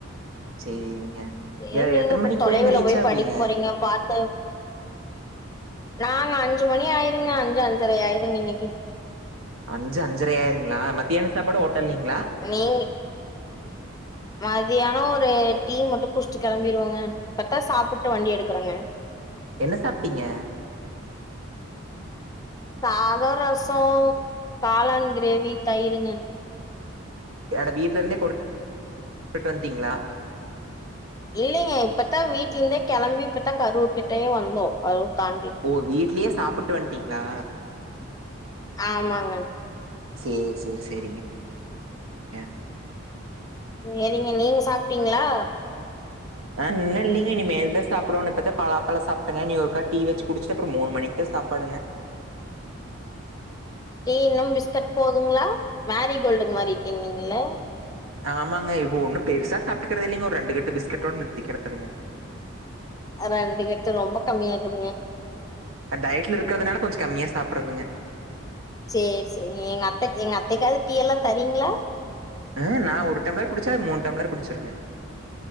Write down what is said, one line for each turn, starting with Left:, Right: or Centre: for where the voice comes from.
Right: சேரிங்க
Left: ஏ
Right: எ
Left: நீங்க
Right: எத்தன
Left: அப்றோ
Right: மணிக்கு
Left: தொலைவுல
Right: அங்க ரீச்
Left: போய்
Right: ஆவீங்க
Left: படிக்க போறீங்க பாத்து நாங்க அஞ்சு மணி ஆயிருங்க அஞ்சு அஞ்சர ஆயிருங்க இன்னிக்கு
Right: அஞ்சு அஞ்சரை ஆயிருங்களா மத்தியான சாப்பாடு ஹோட்டல்லிங்களா
Left: நீங்க மதியானோ ஒரு டீ மட்டு குச்சிட்டு கெளம்பிடுவங்க இப்பத்தா சாப்பிட்டு வண்டி எடுக்கறோங்க
Right: என்ன சாப்ட்டீங்க
Left: சாதோ ரசோ காளான் கிரேவி தயிருங்க
Right: எட வீட்ல இருந்தே கொடு கொன்ட்டு வன்டீங்களா
Left: இல்லைங்க இப்பதா வீட்ல இருந்தே கெளம்பி இப்பதா கரூர் கிட்டயே வந்தோ கரூர் தாண்டி
Right: ஓ வீட்லியே சாப்பிட்டு வன்ட்டீங்ளா
Left: ஆமாங்க
Right: சேரி சேரி சேரிங்க எ
Left: சேரிங்க நீங்க சாப்ட்டீங்ளா
Right: ஆ இன்னுலிங்க இனி மேல்தா சாப்டோனு இப்பத பலா பழோ சாப்ட்டங்க நீ ஒருக்கா டி வச்சி குடிச்சிட்டு அப்றோ மூணு மணிக்குதா சாப்பாடுங்க
Left: டீ இன்னும் பிஸ்கட் போதுங்ளா மேரி கோல்டுக்கு மாரி டீனுங்க இல்ல
Right: ஆமாங்க இப்ப ஒண்ணு பெருசா சாப்ட்டுக்றது இல்லிங்கோ ஒரு ரெண்டு கட்டு பிஸ்கட்டோட நிறுத்திக்றதுங்க
Left: ரெண்டு கட்டு ரொம்ப கம்மியா இருக்குதுங்க
Right: டயட்ல இருக்றதுனால கொஞ்சோ கம்மியா சாப்புட்றதுங்க
Left: சேரி சேரி எங்க அத்த அத்தைக்காவது டீ எல்லா தரீங்ளா
Right: ஆ நா ஒரு டம்லர் குடிச்ச அது மூன் டம்லர் குடிச்சிருங்க